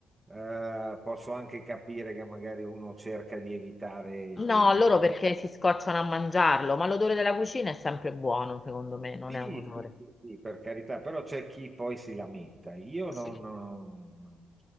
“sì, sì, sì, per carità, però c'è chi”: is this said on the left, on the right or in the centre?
Right